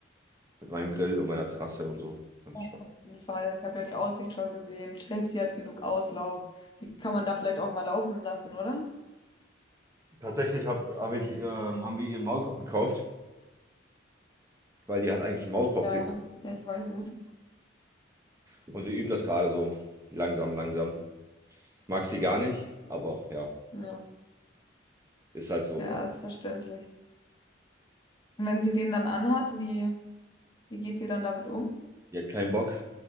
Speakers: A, on the right (about 15°); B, on the left (about 25°).
A: mit meinem Grill und meiner Terrasse und so. Ganz
B: auf
A: spannend.
B: jeden Fall. Ich habe ja die Aussicht schon gesehen. Chelsea hat genug Auslauf. Die kann man da vielleicht auch mal laufen lassen, oder?
A: Tatsächlich hab, hab ich, ähm, haben wir ihren Maulkorb gekauft, weil die hat eigentlich einen Maulkorb.
B: Ja, ja, ich weiß, ich muss.
A: Und wir üben das gerade so langsam, langsam. Mag sie gar nicht, aber ja.
B: Ja,
A: Ist halt so.
B: ja, ist verständlich. Und wenn sie den dann anhat, wie, wie geht sie dann damit um?
A: Die hat keinen Bock